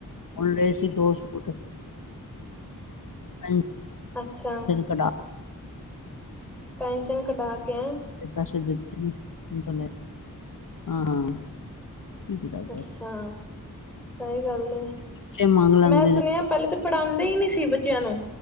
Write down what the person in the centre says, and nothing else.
ਅੱਛਾ।
ਪੈਨਸ਼ਨ ਕਢਾ ਕੇ ਆ
ਅੱਛਾ, ਸਹੀ ਗੱਲ,
ਮੈਂ ਸੁਣਿਆ
ਪਹਿਲੇ ਤਾਂ ਪੜ੍ਹਾਉਂਦੇ ਹੀ ਨੀ ਸੀ, ਬੱਚਿਆਂ ਨੂੰ